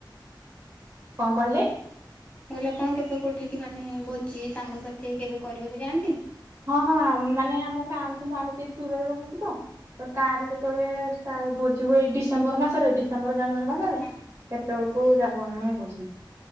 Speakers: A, on the right; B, on the left.
A: କଣ କହିଲେ?
B: ମୁଁ କହିଲି ଆପଣ କେବେ କଉଠିକି ମାନେ ଭୋଜି ସାଙ୍ଗସାଥି କେବେ କରିବାକୁ ଯାଆନ୍ତି?
A: ହଁ ହଁ ମାନେ ଆମ ଗାଁଠୁ ମୁଁ ଆମେ ଟିକେ ଦୂରରେ ରହୁଛୁ ତ। ତ ତାର ଯେତେବେଳେ ଷ୍ଟା ଭୋଜି ହୁଏ ଏଇ ଡିସେମ୍ବର ମାସରେ। ଡିସେମ୍ବର ଜାନୁଆରୀ ମାସରେ
B: ହଁ
A: ସେତେବେଳକୁ ଯାଗୁଆଣି ବସୁ।